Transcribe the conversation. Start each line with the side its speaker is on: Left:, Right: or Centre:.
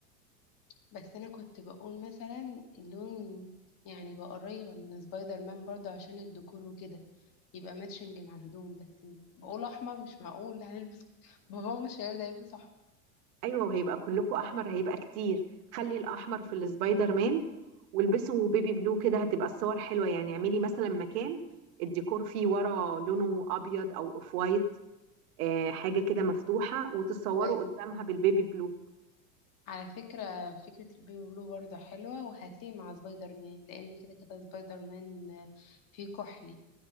Left: بس انا كنت بقول مثلا اللون يعني بقى قريب من سبايدر مان برضه عشان الديكور وكده يبقى ماتشنج مع الهدوم بس بقول احمر مش معقول هنلبس <laughs> بابا مش هيرضى يلبس احمر
Right: ايوه وهيبقى كلكوا احمر هيبقى كتير خلي الاحمر في السبايدر مان والبسوا بيبي بلو كده هتبقى الصور حلوه يعني اعملي مثلا مكان الديكور فيه ورا لونه ابيض او اوف وايت آه، حاجه كده مفتوحه وتتصوروا
Left: بس
Right: قدامها بالبيبي بلو
Left: على فكرة فكرة البيبي بلو برضه حلوة وهتليق مع سبايدر مان لأن كده كده سبايدر مان فيه كحلي